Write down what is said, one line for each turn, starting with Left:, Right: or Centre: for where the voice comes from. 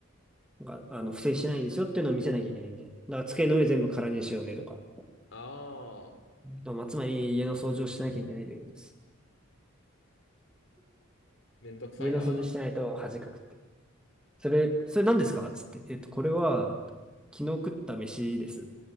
Centre: なんか、あの、不正しないですよっていうのを見せなきゃいけないみたいな。だから机の上全部空にしようねとか。
Left: ああ、
Centre: まあ、つまり家の掃除をしなきゃいけないということです。
Left: めんどくさいな。
Centre: 家の掃除してないと恥かくって。それ、それ何ですかつって、えっと、これは、昨日食った飯です。